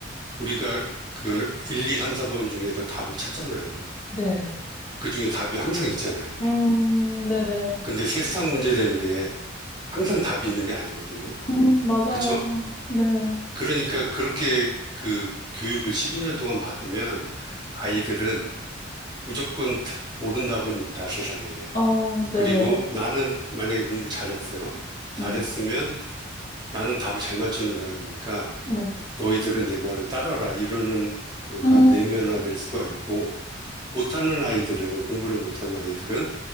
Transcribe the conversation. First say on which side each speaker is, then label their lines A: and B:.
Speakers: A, on the right (about 25°); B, on the left (about 40°).
A: 우리가 그 1, 2, 3, 4번 중에서 답을 찾잖아요.
B: 네.
A: 그 중에 답이 항상 있잖아요.
B: 음, 네네.
A: 근데 세상 문제라는 게 항상 답이 있는 게 아니거든요.
B: 음, 맞아요.
A: 그쵸?
B: 네.
A: 그러니까 그렇게 그 교육을 12년 동안 받으면 아이들은 무조건 옳은 답은 있다, 세상에.
B: 어, 네네.
A: 그리고 나는 만약에 공부를 잘했어요. 잘했으면
B: 네,
A: 나는 답을 잘 맞추는 사람이니까
B: 네.
A: 너희들은 내 말을 따라라. 이러는 거가
B: 음,
A: 내면화될 수가 있고 못하는 아이들은, 공부를 못하는 아이들은